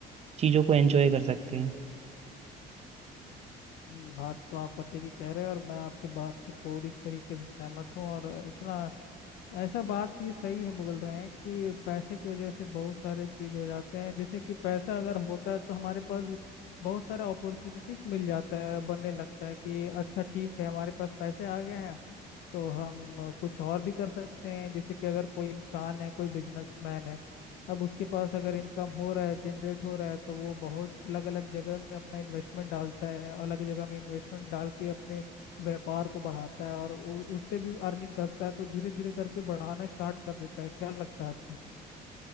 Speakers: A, on the right (about 40°); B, on the left (about 80°).
A: चीजों को एंजॉय कर सकते हैं
B: हम्म, बात तो आप पते की कह रहे हैं और मैं आपके बात से पूरी तरीके से सहमत हूँ और इतना ऐसा बात भी सही है बोल रहे हैं कि पैसे की वजह से बहुत सारे चीज हो जाते हैं जैसे कि पैसा अगर होता है तो हमारे पास बहुत सारा अपॉर्चुनिटी मिल जाता है बनने लगता है कि अच्छा ठीक है हमारे पास पैसे आ गए हैं तो हम कुछ और भी कर सकते हैं जैसे कि अगर कोई इंसान है कोई बिजनेसमैन है अब उसके पास अगर इनकम हो रहा है जनरेट हो रहा है तो वो बहुत अलग अलग जगह में अपना इन्वेस्टमेंट डालता है अलग जगह में इन्वेस्टमेंट डाल के अपने व्यापार को बढ़ाता है और उ- उससे भी अर्निंग करता है तो धीरे धीरे करके बढ़ाना स्टार्ट कर देता है क्या लगता है आपको